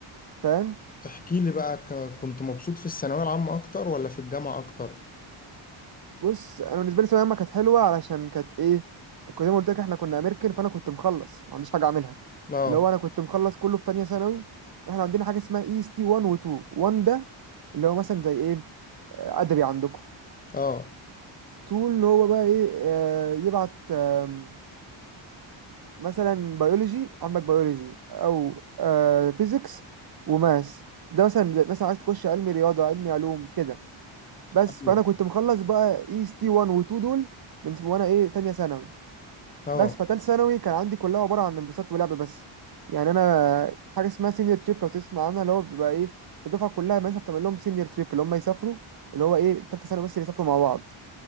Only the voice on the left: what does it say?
احكي لي بقى ك- كنت مبسوط في الثانويه العامه اكتر ولا في الجامعه اكتر
اه
اه
ايوه
اه